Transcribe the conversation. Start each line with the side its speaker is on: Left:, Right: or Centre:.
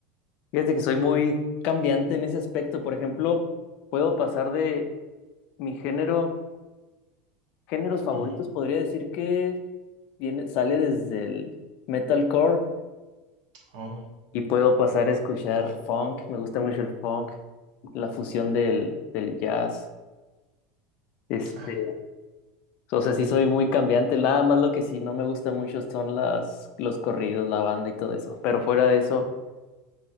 Left: Fíjate que soy muy cambiante en ese aspecto. Por ejemplo, puedo pasar de mi género, géneros favoritos,
Right: Ujú.
Left: podría decir que viene, sale desde el metalcore
Right: Oh,
Left: y puedo pasar a escuchar funk. Me gusta mucho el funk, la fusión del, del jazz. Este,
Right: ah,
Left: o sea, sí soy muy cambiante. Nada más lo que sí no me gusta mucho son las, los corridos, la banda y todo eso. Pero fuera de eso,